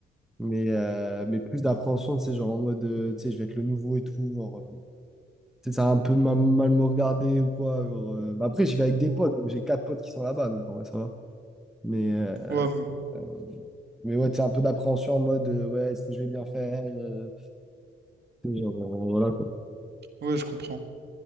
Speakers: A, in the centre; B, on the right.
A: Mais, euh, mais plus d'appréhension, tu sais, genre en mode, euh, tu sais, je vais être le nouveau et tout. genre, euh, tu sais, ça va un peu ma- mal, me regarder ou quoi. genre, euh, bah Après, j'y vais avec des
B: Ou-
A: potes, donc j'ai quatre potes qui sont là-bas, donc en vrai, ça va. Mais, euh,
B: Ouais, hum,
A: euh, mais ouais, tu sais, un peu d'appréhension en mode, euh, ouais, est-ce que je vais bien faire? euh, tu sais, genre, euh, voilà,
B: ouais, je comprends.